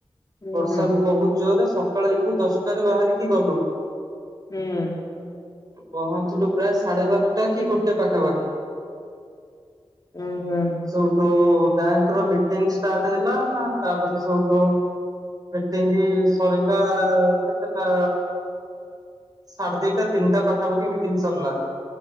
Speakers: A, on the left; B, on the right.
A: ହୁଁ
B: ବର୍ଷା ବହୁତ୍ ଜୋରେ ସକାଳେ ଏଠୁ ଦଶଟାରେ ବାହାରିକି ଗଲୁ।
A: ହୁଁ।
B: ପହଞ୍ଚିଲୁ ପ୍ରାୟେ ସାଢେ ବାରଟା କି ଗୋଟେ ପାଖାପାଖି।
A: ଉଁ ହୁଁ।
B: ସେଉଠୁ ବ୍ୟାଙ୍କ୍ ର ମିଟିଙ୍ଗ୍ ଷ୍ଟାର୍ଟ ହେଲା ତାପରେ ସେଉଠୁ। ମିଟିଙ୍ଗି ସରିଲା କେତେଟା। ସାଢେ ଦିଟା ତିନଟା ପାଖାପାଖି ମିଟିଙ୍ଗ୍ ସରିଲା।